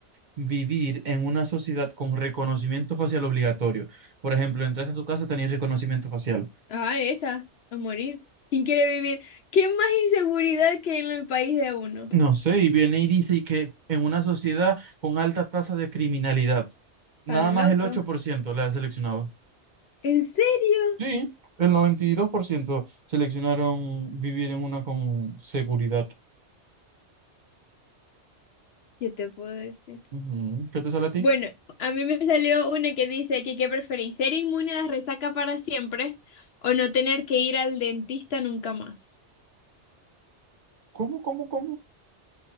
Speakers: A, on the right (about 45°); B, on the left (about 65°).
A: Vivir en una sociedad con reconocimiento facial obligatorio. Por ejemplo, entras a tu casa, tenés reconocimiento facial.
B: Ah, esa, a morir. ¿Quién quiere vivir? ¿Qué más inseguridad que en el país de uno?
A: No sé, y viene y dice que en una sociedad con alta tasa de criminalidad, nada
B: Tan
A: más
B: loco.
A: el 8% la he seleccionado.
B: ¿En serio?
A: Sí, el 92% seleccionaron vivir en una con seguridad.
B: Yo te puedo decir.
A: Ujú. ¿Qué te sale a ti?
B: Bueno, a mí me salió una que dice que qué preferís, ser inmune a la resaca para siempre o no tener que ir al dentista nunca más.
A: ¿Cómo, cómo, cómo?